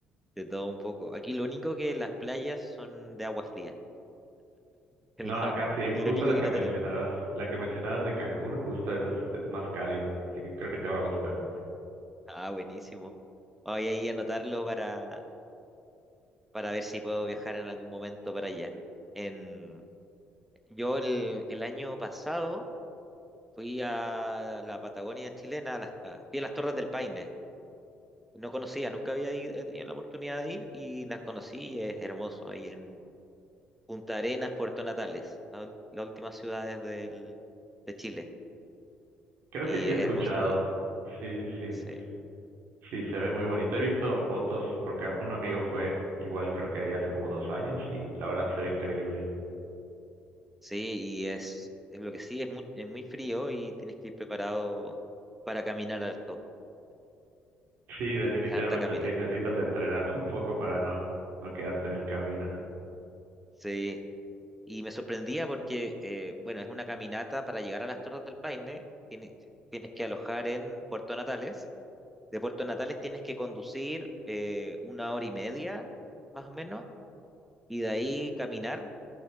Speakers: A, in the centre; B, on the right (about 70°).
A: de todo un poco. Aquí lo único que las playas son de agua fría, <laughs> es
B: No,
A: lo,
B: acá sí,
A: es
B: justo
A: lo único
B: la
A: que
B: que
A: no
B: mencionabas,
A: tenemos.
B: la que mencionabas de Cancún, justo esa es, es más cálida, así que creo que te va a gustar.
A: Ah, buenísimo. Voy a ir a anotarlo para, para ver si puedo viajar en algún momento para allá. En, yo el, el año pasado fui a la Patagonia chilena, a las, a- fui a las Torres del Paine. No conocía, nunca había ido- he tenido la oportunidad de ir y las conocí y es hermoso ahí en Punta Arenas, Puerto Natales, la ul- las últimas ciudades del, de Chile.
B: Creo
A: Y
B: que sí
A: es
B: he escuchado.
A: hermoso ahí.
B: Sí, sí, sí.
A: Sí,
B: Sí, se ve muy bonito. He visto fotos porque un amigo fue igual creo que ahí hace como dos años y la verdad se ve increíble.
A: sí, y es, es lo que sí, es muy, es muy frío y tienes que ir preparado para caminar harto.
B: Sí, definitivamente
A: Es harta caminata.
B: sí, necesitas entrenar <laughs> un poco para no, no quedarte en el camino.
A: Sí, Y me sorprendía porque, eh, bueno, es una caminata para llegar a las Torres del Paine. tiene- tienes que alojar en Puerto Natales. De Puerto Natales tienes que conducir eh, una hora y media, más o menos, y de ahí caminar.